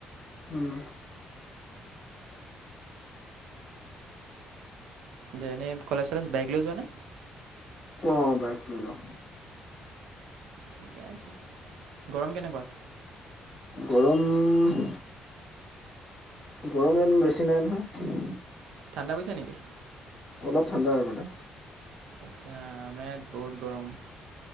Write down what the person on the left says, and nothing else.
উম।
অ', অ' বাইক লৈ যাওঁ।
গৰম উম। গৰম ইয়াত, বেছি নাই নহয়।
অলপ ঠাণ্ডা হয় মানে।